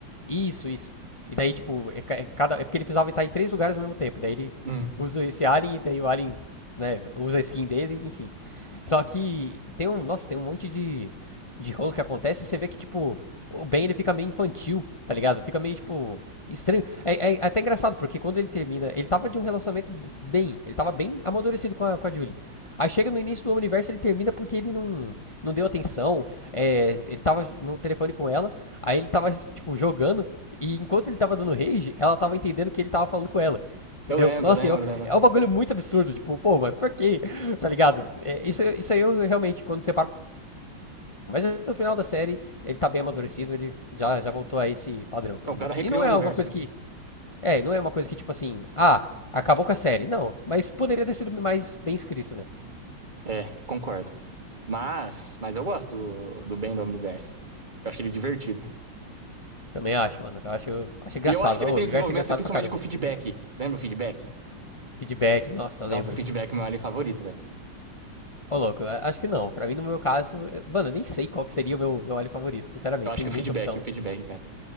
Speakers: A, on the left; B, on the right.
A: isso, isso. E daí, tipo, é, ca- é cada, é porque ele precisava estar em três lugares ao mesmo tempo. E daí ele
B: Hum.
A: usa esse alien, e daí o alien, né, usa a skin dele, enfim. Só que tem um, nossa, tem um monte de, de rolo que acontece e você vê que, tipo, o Ben ele fica meio infantil, tá ligado? Fica meio, tipo, estranho. É, é é até engraçado, porque quando ele termina, ele tava de um relacionamento b- bem, ele tava bem amadurecido com a, com a Julie. Aí chega no início do universo, ele termina porque ele não, não deu atenção, é, ele tava no telefone com ela. Aí ele tava, tipo, jogando, e enquanto ele tava dando rage, ela tava entendendo que ele tava falando com ela. Entendeu?
B: Eu lembro,
A: Nossa,
B: lembro,
A: eu,
B: lembro.
A: é um bagulho muito absurdo. Tipo, pô, mas por quê? Tá ligado? É, isso, isso aí eu realmente, quando separo. Mas no final da série, ele tá bem amadurecido, ele já, já voltou a esse padrão, pelo
B: Não, O cara
A: menos.
B: recriou
A: E não
B: o
A: é
B: universo,
A: alguma coisa
B: né?
A: que. É, não é uma coisa que, tipo assim, ah, acabou com a série. Não, mas poderia ter sido mais bem escrito, né?
B: É, concordo. Mas, mas eu gosto do, do Ben do Omniverse. Eu acho ele divertido.
A: Também acho, mano. Eu acho, acho engraçado.
B: E eu acho que ele
A: O
B: tem
A: universo
B: um desenvolvimento,
A: é engraçado
B: principalmente
A: pra caramba.
B: com o feedback. Lembra o feedback?
A: Feedback, nossa,
B: Nossa,
A: lembro.
B: o feedback é meu alien favorito, velho.
A: Ô, louco, a- acho que não. Pra mim, no meu caso, eu- mano, eu nem sei qual que seria o meu, meu alho favorito, sinceramente.
B: Eu acho
A: Tem
B: que
A: muita
B: o feedback,
A: opção,
B: o
A: né?
B: feedback, cara.